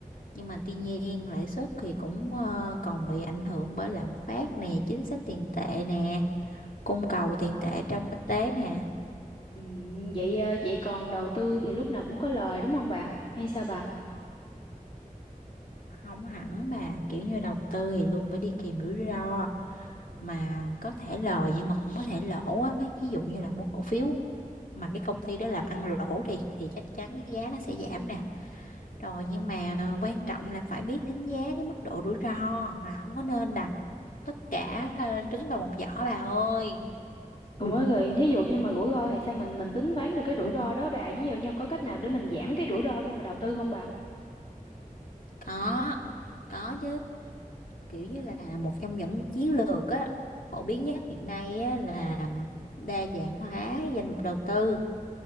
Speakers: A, on the left; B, on the left.
A: Nhưng mà tuy nhiên lãi suất thì cũng ờ, còn bị ảnh hưởng bởi lạm phát nè, chính sách tiền tệ nè, cung cầu
B: Cục
A: tiền
B: đầu
A: tệ
B: thì
A: trong kinh tế nè.
B: Ừm, vậy ờ, vậy còn đầu tư thì lúc nào cũng có lời đúng không bà? Hay sao bà?
A: Không hẳn bà, kiểu như đầu tư thì luôn phải đi kèm rủi ro mà có thể lời nhưng mà cũng có thể lỗ á, ví dụ như là mua cổ phiếu mà cái công ty đó làm ăn lỗ đi thì chắc chắn cái giá nó sẽ giảm nè rồi nhưng mà ờ, quan trọng là phải biết đánh giá cái mức độ rủi ro mà không có nên đặt tất cả ờ, trứng vào một giỏ bà ơi
B: Ủa <laughs> rồi thí dụ như mà rủi ro thì sao mình mình tính toán được cái rủi ro đó bà ví dụ như có cách nào để mình giảm cái rủi ro khi mà đầu tư không bà?
A: có có chứ kiểu như là một trong những chiến lược á phổ biến nhất hiện nay á, là đa dạng hóa danh mục đầu tư